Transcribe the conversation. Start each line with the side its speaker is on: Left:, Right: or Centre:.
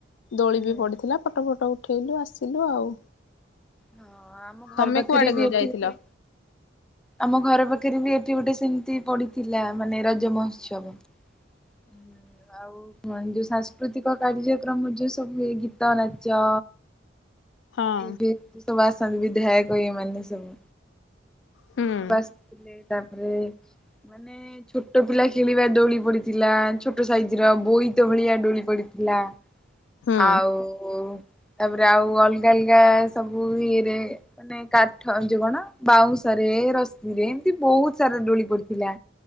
Left: ଦୋଳି
Centre: ହଁ
Left: ବି ପଡିଥିଲା ପଟ ଫଟ ଉ ଉଠେଇଲୁ ଆସିଲୁ ଆଉ।
Centre: ହଁ ଆମ ଘର
Left: ତମେ
Centre: ପାଖରେ
Left: କୁଆଡେ
Centre: ବି ଏଠି
Left: ଯାଇଥିଲ
Centre: ଗୋଟେ ଆମ ଘର ପାଖରେ ବି ଏ ଗୋଟେ ସେମିତି ପଡିଥିଲା ମାନେ ରଜ ମହୋତ୍ସବ। ହୁଁ ଆଉ ହ ଯୋଉ ସାଂସ୍କୃତିକ କାର୍ଯ୍ୟକ୍ରମ ଯୋଉ ସବୁ ହୁଏ ଗୀ ତ ନାଚ
Left: ହଁ
Centre: ଏବେ- ଆସନ୍ତି ବିଧାଉକ ଇଏ ମାନେ ସବୁ।
Left: ହୁଁ
Centre: ଏ ସବୁ ଆସିଥିଲେ ତାପରେ ମାନେ ଛୋଟ ପିଲା ଖେଳିବା ଦୋଳି ପଡିଥିଲା ଛୋଟ ସାଇଜର ବୋଇତ ଭଳିଆ ଡୋଳି ପଡିଥିଲା
Left: ହୁଁ
Centre: ଆଉ ତାପରେ ଆଉ ଅଲଗା ଅଲଗା <unintelligible> ଇଏରେ ମାନେ କାଠ ଯୋଉ କଣ ବାଉଁଶରେ ରଶିରେ ଏମତି ବୋହୁତ ସାରା ଡୋଳି ପଡିଥିଲା।